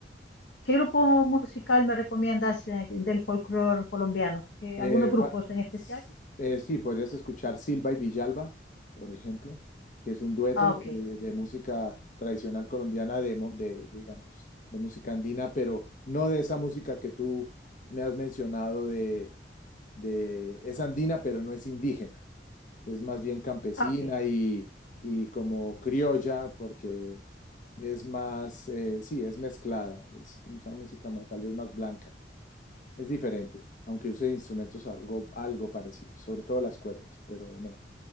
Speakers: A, on the left (about 80°); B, on the left (about 45°).
A: qué grupo musical me recomiendas eh, del folclore colombiano? Eh,
B: Eh,
A: ¿algunos grupos
B: pa-
A: en especial?
B: s- eh, sí, podrías escuchar Silva y Villalba, por ejemplo, que es un dueto
A: Ah, ok,
B: eh, de música tradicional colombiana, de, mo- de, digamos, de música andina, pero no de esa música que tú me has mencionado de, de- es andina, pero no es indígena. Es más bien campesina
A: ah, ok.
B: y, y como criolla, porque es más, eh, sí, es mezclada, es una música más- tal vez más blanca. Es diferente, aunque use instrumentos algo, algo parecido, sobre todo las cuerdas, pero no.